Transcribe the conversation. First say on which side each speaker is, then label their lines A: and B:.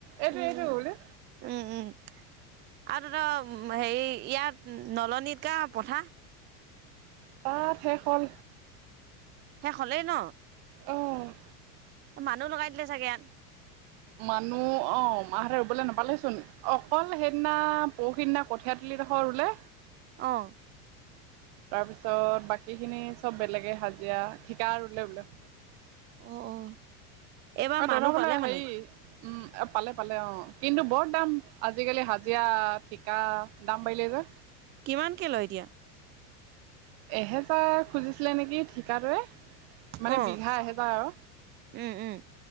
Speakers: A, on the right; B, on the right.
A: এইটো-এইটো
B: উম
A: <unintelligible>
B: উম উম আৰু তহঁতৰ হেৰি ইয়াত নলনিত কা পথাৰ?
A: তাত শেষ হল।
B: শেষ হলেই ন?
A: অ'।
B: মানুহ লগাই দিলে চাগে
A: মানুহ অ মাহঁতে ৰুবলৈ নাপালেচোন অকল সেইদিনা পৰহিদিনা কঠিয়া তুলি <unintelligible> ৰুলে
B: অ'।
A: তাৰপিছত বাকী খিনি চব বেলেগ হাজিৰা ঠিকা ৰুলে বোলে।
B: অ', অ'। এইবাৰ
A: অ,
B: মানুহ
A: তহঁত ঘৰলে
B: পালে মানে
A: হেৰি উম পালে-পালে অ'। কিন্তু বৰ দাম আজি আজিকালি হাজিৰা ঠিকা দাম বাঢ়িলেই যে।
B: কিমানকে লয় এতিয়া?
A: এহেজাৰ খুজিছিলে নেকি ঠিকা টোৱে। মানে
B: অ'।
A: বিঘা এহেজাৰ আৰু।
B: উম, উম।